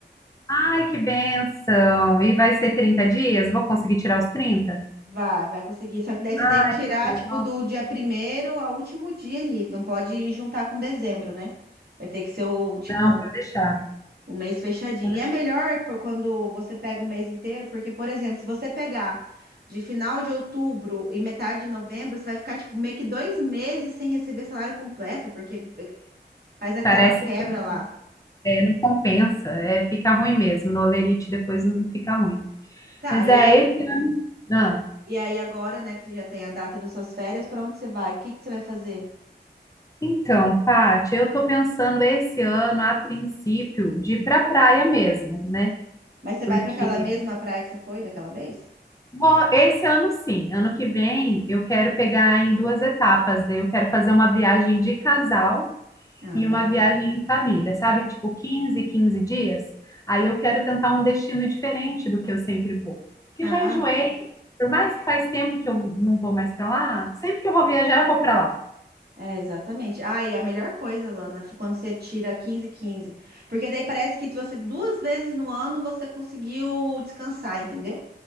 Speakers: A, on the left; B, on the right.
A: Ai, que benção. E vai ser 30 dias? Vou conseguir tirar os 30?
B: Vai, vai conseguir. Só que daí você
A: Ai,
B: tem que tirar,
A: que bom.
B: tipo,
A: Nossa,
B: do dia primeiro ao último dia ali. Não pode juntar com dezembro, né? Vai ter que ser o, tipo,
A: não, pode deixar,
B: o mês fechadinho.
A: pode
B: E
A: deixar.
B: é melhor por quando você pega o mês inteiro, porque, por exemplo, se você pegar de final de outubro e metade de novembro, você vai ficar, tipo, meio que dois meses sem receber salário completo, porque faz aquela
A: Parece
B: quebra
A: que
B: lá.
A: é, não compensa, é, fica ruim mesmo. No olerite depois não fica ruim.
B: Tá,
A: Mas
B: e
A: é
B: aí,
A: esse ano. Ah,
B: e aí agora, né, que você já tem a data das suas férias, pra onde você vai? O que que você vai fazer?
A: então, Pati, eu tô pensando esse ano, a princípio, de ir pra praia mesmo, né?
B: Mas você
A: Porque
B: vai pra aquela mesma praia que você foi daquela vez?
A: Vou- Esse ano sim, ano que vem eu quero pegar em duas etapas. Daí eu quero fazer uma viagem de casal
B: Ah,
A: e uma viagem em família, sabe? Tipo quinze, 15 dias. Aí
B: é.
A: eu quero tentar um destino diferente do que eu sempre vou. Porque
B: ah,
A: já enjoei. Por mais que faz tempo que eu não vou mais pra lá, sempre que eu vou viajar eu vou pra lá.
B: é exatamente. Ah, e a melhor coisa, Lana, foi quando você tira 15, quinze, Porque daí parece que você duas vezes no ano você conseguiu descansar, entendeu?